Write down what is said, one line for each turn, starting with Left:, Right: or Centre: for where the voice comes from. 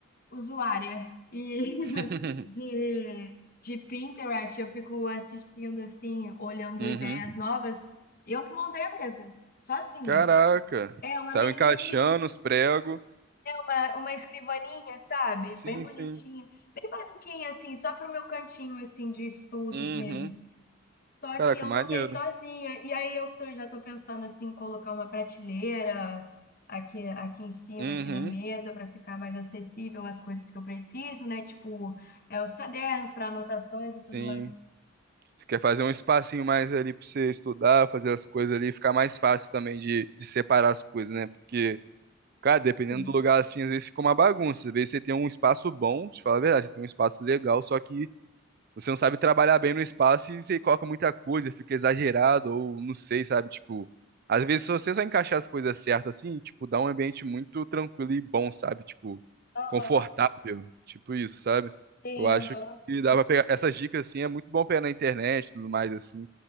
Left: usuária e <laughs>
Right: <laughs>
Left: de, de Pinterest, eu fico assistindo assim, olhando
Right: uhum.
Left: ideias novas. Eu que montei a mesa, sozinha.
Right: Caraca,
Left: É uma
Right: saiu
Left: mesinha
Right: encaixando
Left: assim
Right: os pregos.
Left: uma, uma escrivaninha, sabe?
Right: Sim,
Left: Bem bonitinha.
Right: sim.
Left: Bem basiquinha, assim, só pro meu cantinho, assim, de estudos
Right: Uhum.
Left: mesmo. Só
Right: Caraca,
Left: que eu
Right: maneiro.
Left: montei sozinha. E aí eu tô- já tô pensando, assim, em colocar uma prateleira aqui, aqui em cima,
Right: Uhum.
Left: aqui na mesa, para ficar mais acessível as coisas que eu preciso, né? Tipo, é, os cadernos para anotações e tudo
Right: Sim,
Left: mais.
Right: Você quer fazer um espacinho mais ali pra você estudar, fazer as coisas ali, ficar mais fácil também de, de separar as coisas, né? Porque, cara, dependendo
Left: Isso.
Right: do lugar assim, às vezes fica uma bagunça. Às vezes você tem um espaço bom, te falar a verdade, você tem um espaço legal, só que você não sabe trabalhar bem no espaço e você coloca muita coisa, fica exagerado, ou não sei, sabe? Tipo, às vezes, se você só encaixar as coisas certas assim, tipo, dá um ambiente muito tranquilo e bom, sabe? Tipo,
Left: Aham.
Right: confortável, tipo isso, sabe?
Left: Tem,
Right: Eu acho
Left: aham.
Right: que dá pra pegar essas dicas assim, é muito bom pegar na internet e tudo mais, assim.